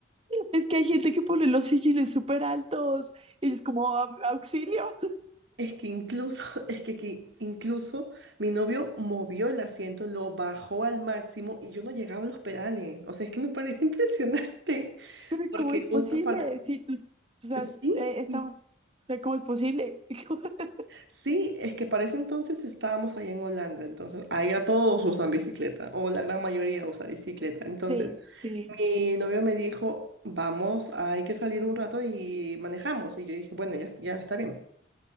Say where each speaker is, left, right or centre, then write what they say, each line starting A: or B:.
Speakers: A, on the right; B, on the right.
A: Es que hay gente que pone los sillines súper altos y es como "Au- auxilio.
B: Es que incluso, <laughs> es que, que incluso mi novio movió el asiento, lo bajó al máximo y yo no llegaba a los pedales. O sea, es que me parece <laughs> impresionante,
A: Pero
B: porque
A: ¿cómo es
B: justo
A: posible?
B: para...
A: Si tú, o sea,
B: Sí,
A: es- eh, está, o sea, ¿cómo es posible? <laughs>
B: sí, es que para ese entonces estábamos allá en Holanda, entonces allá todos usan bicicleta, o la gran mayoría usa bicicleta. Entonces,
A: Sí, sí.
B: mi novio me dijo, vamos, hay que salir un rato y manejamos. Y yo dije, bueno, ya, ya está bien.